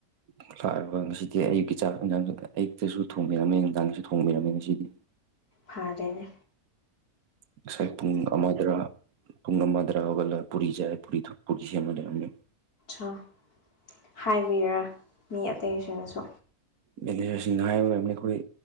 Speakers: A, on the right; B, on the left.
A: ꯂꯥꯛꯔꯕ ꯉꯁꯤꯗꯤ ꯑꯌꯨꯛꯀꯤ ꯆꯥꯛꯟꯖꯥꯡ ꯑꯌꯨꯛꯇꯁꯨ ꯊꯣꯡꯕꯤꯔꯝꯃꯦ ꯅꯨꯡꯗꯥꯡꯒꯤꯁꯨ ꯊꯣꯡꯕꯤꯔꯝꯃꯦ ꯉꯁꯤꯗꯤ
B: ꯐꯥꯔꯅꯦ
A: ꯉꯁꯥꯏ ꯄꯨꯡ ꯑꯃꯗ꯭ꯔꯥ ꯄꯨꯡ ꯑꯃꯗ꯭ꯔꯥ ꯍꯧꯒꯜꯂ ꯄꯨꯔꯤ ꯌꯥꯥꯏ ꯄꯨꯔꯤ ꯊꯣꯛ ꯄꯨꯔꯤ ꯁꯦꯝꯃꯅꯦꯃꯤ
B: ꯑ ꯍꯥꯏꯕꯤꯔꯦ ꯃꯤ ꯑꯇꯩꯁꯤꯡꯅꯁꯨ
A: ꯃꯦꯅꯦꯖꯔꯁꯤꯡꯅ ꯍꯥꯏꯕꯝꯅꯤ ꯑꯩꯈꯣꯏ